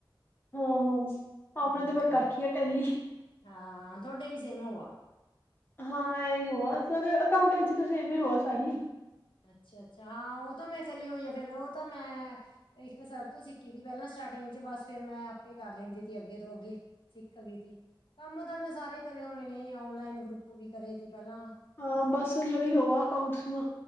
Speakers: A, on the left (about 25°); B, on the left (about 75°).
A: ਹਾਂ-ਹਾਂ ਆਪਣੇ
B: ਹਮ
A: ਤੇ ਫੇਰ ਕਰ ਰਖੀ ਆ ਟੈਲੀ-
B: ਹਾਂ ਤੁਹਾਡੇ ਵੀ ਸੇਮ ਹੋ ਆ।
A: ਹਾਂ, ਏਹੀ ਹੋਆ ਫੇਰ ਅਕਾਊਂਟੈਂਟ ਚ ਸੇਮ ਈ ਹੋਆ ਸਾਰੀ-
B: ਅਛਾ-ਅਛਾ ਹਾਂ ੳ ਤਾਂ ਮੈ ਕਰੀ ਹੋਈ ਆ, ਫੇਰ ਉਹ ਤਾਂ ਮੈ ਏਕ ਸਰ ਤੋ ਸਿਖੀ ਥੀ ਪੈਲਾ ਸਟਾਰਟਿੰਗ ਚ ਬਸ ਫੇਰ ਮੈ ਆਪੇ ਕਰ ਲੈਂਦੀ ਥੀ ਅਗੇ ਤੋ ਅਗੇ ਸਿਖ ਗਈ ਥੀ। ਕਮ ਤਾਂ ਮੈ ਸਾਰੇ ਕਰੇ ਹੋਏ ਨੇ ਓਨਲਾਈਨ ਗਰੁੱਪ ਵੀ ਕਰੇ ਥੀ ਪੈਲਾਂ-
A: ਹਾਂ ਬਸ ਯਹੀ ਹੋਵਾ ਅਕਾਊਂਟਸ ਮੇ-